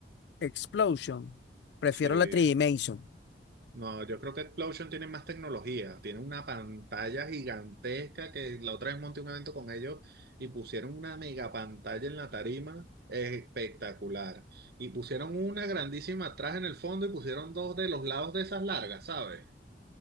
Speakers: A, on the left; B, on the right.
A: Explosion. Prefiero
B: Sí.
A: la tridimension.
B: No, yo creo que Explosion tiene más tecnología, tiene una pantalla gigantesca que la otra vez monté un evento con ellos y pusieron una mega pantalla en la tarima espectacular. Y pusieron una grandísima atrás en el fondo y pusieron dos de los lados de esas largas, ¿sabes?